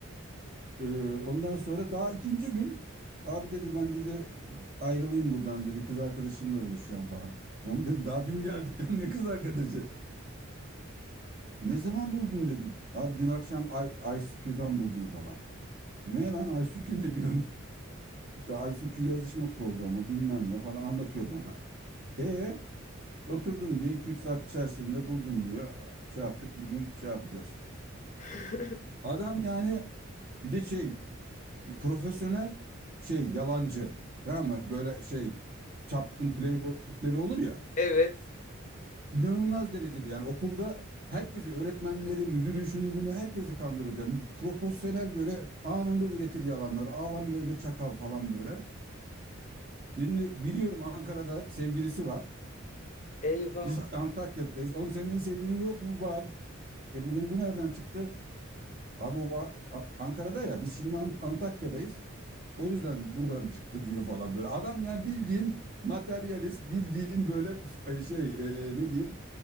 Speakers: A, on the right; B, on the left.
A: Ee, ondan sonra daha ikinci gün abi dedi ben dedi ayrılayım buradan dedi kız arkadaşımla buluşacağım falan. Oğlum dedim daha dün geldik lan ne kız arkadaşı? Ne zaman buldun dedim. Abi dün akşam I- ICQ'dan buldum falan. Ne lan ICQ ne diyorsun? <laughs> İşte ICQ yazışma programı bilmem ne falan anlatıyor bana. E oturdum diyor iki üç saat içerisinde buldum diyor. Şey yaptık bugün şey yapacağız.
B: <laughs>
A: Adam yani bir de şey profesyonel şey yalancı. Tamam mı? Böyle şey çapkın playboy tipleri olur ya.
B: Evet.
A: İnanılmaz derecede yani okulda herkesi öğretmenleri, müdürü şunu bunu herkesi kandırır. Yani profesyonel böyle anında üretir yalanlar. Ağlan böyle çakal falan böyle. Şimdi biliyorum Ankara'da sevgilisi var.
B: Eyvah,
A: Biz Antakya'dayız. Oğlum senin sevgilin yok mu? Var. E dedim bu nereden çıktı? Abi o A- A- Ankara'da ya biz şimdi Ant- Antakya'dayız. O yüzden buradan çıktı diyor falan böyle. Adam yani bildiğin materyalist, bildiğin böyle f- e, şey e, ne diyeyim